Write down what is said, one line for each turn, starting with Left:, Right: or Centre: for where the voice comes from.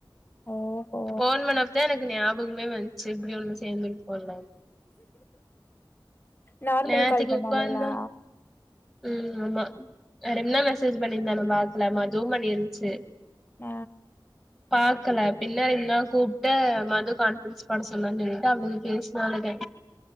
Left: ஓஹோ
Centre: போன் பண்ண தா எனக்கு ஞாபகமே வந்துச்சு இப்டி ஒண்ணு சேந்துருக்கோம்லனு
Left: நார்மல்
Centre: நேத்திக்கு
Left: கால் பண்ணாளுகளா
Centre: உக்காந்த ம் ஆமா வேற என்ன மெசேஜ் பண்ணிருந்த நம்ம ஆள் லாம ஜூம் பண்ணி இருந்ச்சு
Left: அ
Centre: பாக்கல பின்ன நின்னா கூப்ட்டு மது கான்பிரன்ஸ் போட சொலான்னு சொல்லிட்டு அவளுக்கு பேசினாலுக